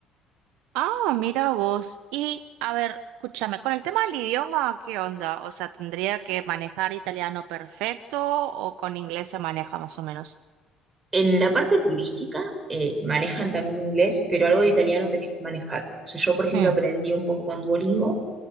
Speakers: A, on the right; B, on the right.
A: Ah, mira vos. Y, a ver, escúchame, con el tema del idioma, ¿qué onda? O sea, ¿tendría que manejar italiano perfecto o con inglés se maneja más o menos?
B: En la parte turística eh, manejan también inglés, pero algo de italiano tenés que manejar. O sea, yo, por ejemplo,
A: Mm,
B: aprendí un poco con Duolingo